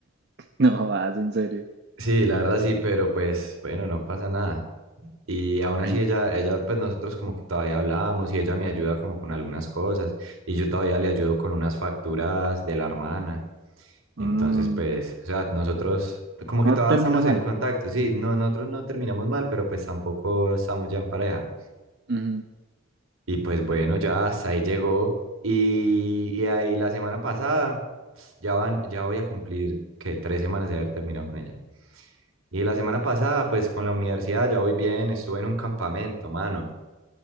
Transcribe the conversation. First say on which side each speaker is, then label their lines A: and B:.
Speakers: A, on the right (about 50°); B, on the right (about 75°).
A: no jodas, en serio.
B: Sí, la verdad sí, pero pues bueno, no pasa nada. Y aún así
A: Ay,
B: ella, ella, pues nosotros como que todavía hablábamos y ella me ayuda como con algunas cosas y yo todavía le ayudo con unas facturas de la hermana.
A: mm,
B: Entonces, pues, o sea, nosotros como que
A: no
B: todavía
A: terminó
B: estamos
A: mal.
B: en contacto, sí, no, nosotros no terminamos mal, pero pues tampoco estamos ya en pareja.
A: Ujú.
B: Y pues bueno, ya hasta ahí llegó. Y, y ahí la semana pasada, ya van, ya voy a cumplir, que tres semanas de haber terminado con ella. Y la semana pasada, pues con la universidad, ya voy bien, estuve en un campamento, mano.